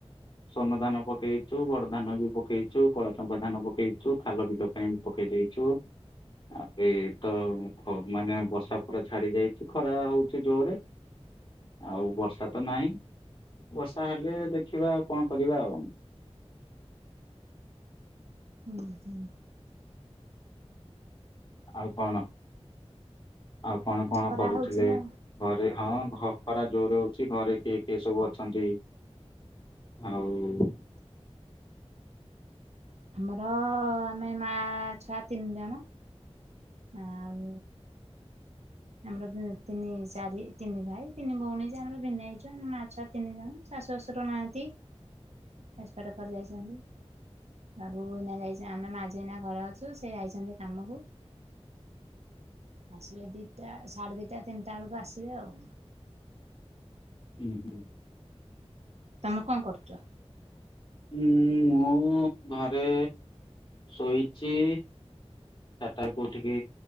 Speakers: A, on the left (about 35°); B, on the right (about 75°).
A: ସୋନ ଧାନ ପକେଇଛୁ ବଡ ଧାନ ବି ପକେଇଛୁ। କଲାଚପା ଧାନ ପକେଇଛୁ ଖାଲ ବିଲୋ ପାଇଁ ପକେଇ ଦେଇେଇଛୁ। ଆବେତ ମାନେ ବର୍ଷା ପୁରା ଛାଡି ଯାଇଛି ଖରା ହଉଛି ଜୋରରେ।
B: ହର
A: ଆଉ ବର୍ଷା ତ ନାହିଁ ବର୍ଷା ହେଲେ ଦେଖିବା କଣ କରିବା ଆଉ।
B: ହୁଁ ହୁଁ।
A: ଆଉ କଣ ଆଉ କଣ କଣ
B: ଖରା
A: କରୁଥିଲେ।
B: ହଉଛି ନା
A: ଘରେ ହଁ ଖରା ଜୋର ଅଉଛି ଘରେ କିଏ କିଏ ସବୁ ଅଛନ୍ତି। ଆଉ
B: ଆମର ଆମେ ମା ଛୁଆ ତିନି ଜଣ ଆଉ ଆମର ତିନି ଚାରି ତିନି ଭାଇ ତିନି ଭଉଣୀ ଆମର ଭିନ୍ ହେଇଛୁ ଆମେ ମା ଛୁଆ ତିନି ଜଣ ଶାଶୁ ଶଶୁର ନାହାନ୍ତି ଏସପାଡେ କରି ଯାଇଛନ୍ତି। ବାବୁ ଏଇନା ଯାଇଛନ୍ତି ଆମେ ମା ଜିଅ ଏଇନା ଘର ଅଛୁ ସେ ଯାଇଛନ୍ତି କାମକୁ। ଆସିବେ ଦିଟା ସାଢେ ଦିଟା ତିନିଟା ବେଳକୁ ଆସିବେ ଆଉ।
A: ହୁଁ ହୁଁ।
B: ତମେ କଣ କରୁଛ।
A: ଉୁଁ ମୁଁ ଘରେ ଶୋଇଛି। ଚାରିଟାକୁ ଉଠିକି